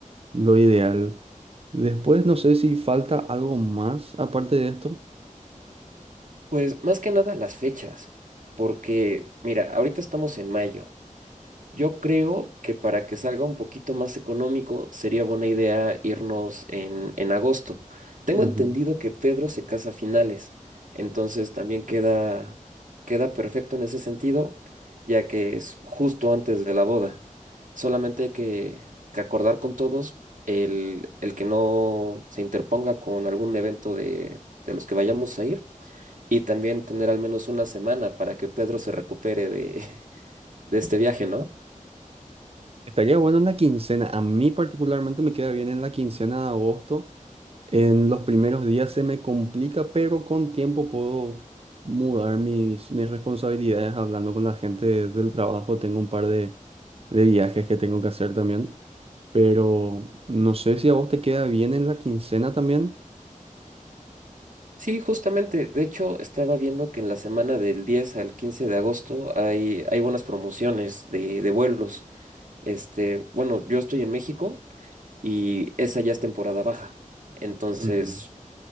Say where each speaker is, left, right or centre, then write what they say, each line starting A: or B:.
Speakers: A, on the right; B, on the right.
A: lo ideal. Después no sé si falta algo más aparte de esto.
B: Pues más que nada las fechas, porque mira, ahorita estamos en mayo. Yo creo que para que salga un poquito más económico sería buena idea irnos en, en agosto. Tengo
A: Ujú.
B: entendido que Pedro se casa a finales, entonces también queda, queda perfecto en ese sentido, ya que es justo antes de la boda. Solamente hay que, que acordar con todos el, el que no se interponga con algún evento de, de los que vayamos a ir y también tener al menos una semana para que Pedro se recupere de, <laughs> de este viaje, ¿no?
A: Estaría bueno en la quincena. A mí particularmente me queda bien en la quincena de agosto. En los primeros días se me complica, pero con tiempo puedo mudar mis, mis responsabilidades hablando con la gente de- del trabajo. Tengo un par de, de viajes que tengo que hacer también, pero no sé si a vos te queda bien en la quincena también.
B: Sí, justamente. De hecho, estaba viendo que en la semana del 10 al 15 de agosto hay, hay buenas promociones de, de vuelos. Este, bueno, yo estoy en México y esa ya es temporada baja. Entonces,
A: Ujú.